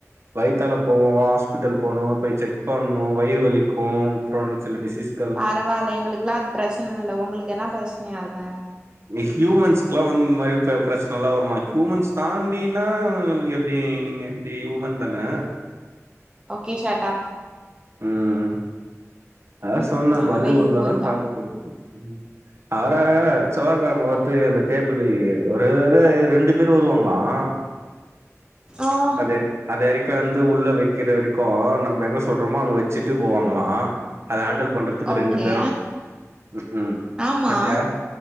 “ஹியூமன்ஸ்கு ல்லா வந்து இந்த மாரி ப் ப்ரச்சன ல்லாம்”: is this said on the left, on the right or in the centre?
Right